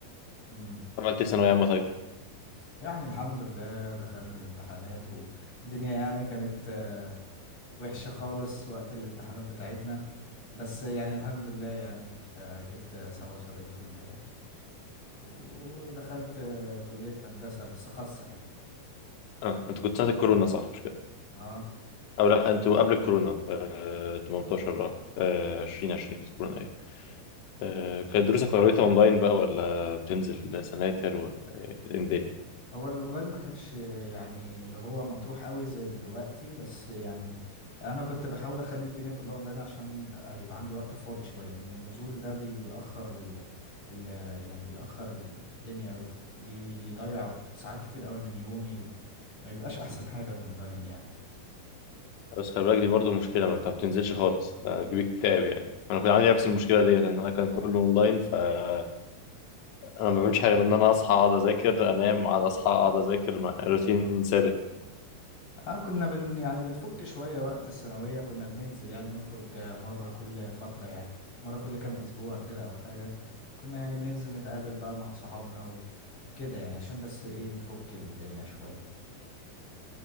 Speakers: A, on the left (about 35°); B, on the left (about 60°).
A: امم
B: عملت إيه في ثانوية عامة طيب؟
A: يعني الحمد لله دخلنا الامتحانات والدنيا يعني كانت آه، وحشة خالص وقت الامتحانات بتاعتنا بس يعني الحمد لله يعني آه، جبت سبعة وسبعين في المية ودخلت آه، كلية هندسة بس خاصة يعني
B: اه انت كنت سنة الكورونا صح مش كده؟
A: اه
B: او لا انتوا قبل الكورونا آه 18 اه آه، 20 20 كانت كورونا ايوه. آه، كانت دروسك قريتها اونلاين بقى ولا بتنزل سناتر ولا إيه؟ كانت إيه الدنيا
A: هو الاونلاين ما كانش يعني اللي هو مطروح قوي زي دلوقتي بس يعني انا كنت بحاول اخلي الدنيا كلها اونلاين عشان يبقى عندي وقت فاضي شويه لان النزول ده بيأخر ال... ال... يعني بيأخر الدنيا قوي بيضيع ساعات كتير قوي من يومي وما بيبقاش احسن حاجه الاونلاين يعني
B: بس خلي بالك دي برضو مشكله ما انت ما بتنزلش خالص ده هتجيب اكتئاب يعني انا كنت عندي نفس المشكله ديت ان انا كان كله اونلاين فانا ما بعملش حاجه غير ان انا اصحى اقعد اذاكر انام اقعد اصحى اقعد اذاكر مع روتين ثابت
A: اه كنا بن يعني بنفك شويه وقت الثانويه كنا بننزل يعني نخرج مره كل فتره يعني مره كل كام اسبوع كده او حاجه كنا يعني بننزل نتقابل بقى مع صحابنا كده يعني عشان بس ايه نفك الدنيا شوية